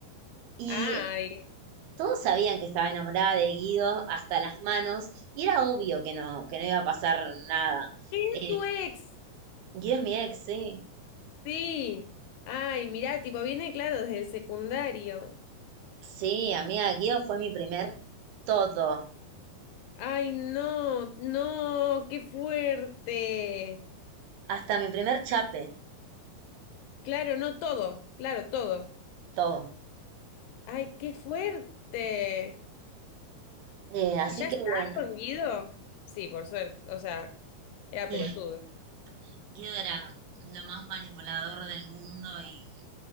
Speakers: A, on the right (about 75°); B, on the left (about 75°).
A: Y
B: Ay,
A: Todos sabían que estaba enamorada de Guido hasta las manos y era obvio que no, que no iba a pasar nada.
B: es
A: Eh,
B: tu ex,
A: Guido es mi ex, sí.
B: sí. Ay, mirá, tipo viene claro desde el secundario.
A: Sí, amiga, Guido fue mi primer todo,
B: Ay, no, no, qué fuerte.
A: hasta mi primer chape,
B: Claro, no todo, claro, todo.
A: todo.
B: Ay, qué fuerte.
A: Eh, así
B: ¿Y ya
A: que
B: está
A: bueno,
B: con Guido? Sí, por suerte. O sea, era
A: y
B: pelotudo.
A: Guido era lo más manipulador del mundo y,